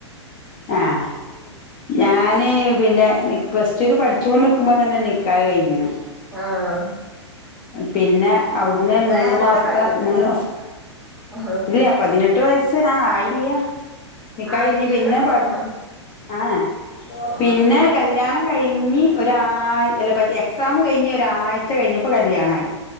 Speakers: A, on the left; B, in the centre.
A: ആഹ് ഞാന് പിന്നെ നി പ്ലസ് റ്റൂല് പഠിച്ചും കൊണ്ട് ക്കുമ്പോ തന്നെ നിക്കാഹ് കൈഞ്ഞ്ണ്
B: ആഹ്
A: പിന്നെ ഔട്ന്ന് മൂന്ന്
B: നേരത്തെ
A: മാസ്ത്തെ
B: കഴിഞ്ഞുക്കുണു
A: മൂന്ന് മാസം
B: ആഹ്
A: ഇല്ല്യാ പതിനെട്ട് വയസ്സ് ആഹ് ആയില്ല നിക്കാഹ്‌
B: ആയില്ലല്ലോ
A: കൈഞ്ഞ് പിന്നെ പട്
B: ആഹ്
A: ആഹ്
B: ആഹ്
A: പിന്നെ കല്യാണം കൈഞ്ഞ് ഒരായ് അല്ല എക്സാം കഴിഞ്ഞ് ഒരാഴ്ച കഴിഞ്ഞപ്പോ കല്യാണായി